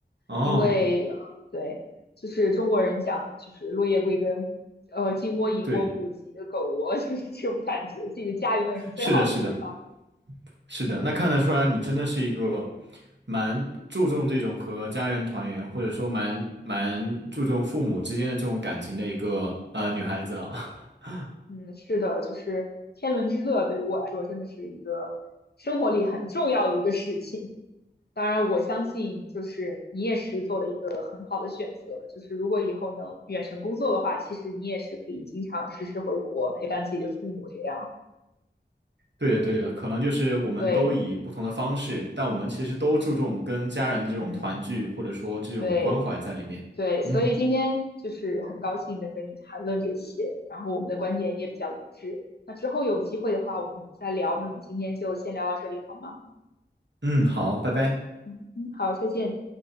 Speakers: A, on the right; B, on the left.
A: 哦，
B: 因为呃对，就是中国人讲就是落叶归根，呃金窝银窝不如自己的狗窝，
A: 对，
B: <laughs> 就是这种感觉，自己的家永远是最好的地方。
A: 是的，是的，是的，
B: 对，
A: 那看得出来你真的是一个蛮注重这种和家人团圆，或者说蛮蛮注重父母之间的这种感情的一个呃女孩子啊。<laughs>
B: 嗯，是的，就是天伦之乐对于我来说真的是一个生活里很重要的一个事情。当然，我相信就是你也是做了一个很好的选择，就是如果以后能远程工作的话，其实你也是可以经常时时回国陪伴自己的父母这样。
A: 对的，对的，可能就是我们都以不同的方式，
B: 对，
A: 但我们其实都注重跟家人的这种团聚，
B: 嗯，
A: 或者说这种关怀在里面。
B: 对对，所以今天就是很高兴能跟你谈论这些，
A: 嗯。
B: 然后我们的观点也比较一致。那之后有机会的话，我们再聊。那我们今天就先聊到这里好吗？
A: 嗯，好，拜拜。
B: 嗯嗯，好，再见。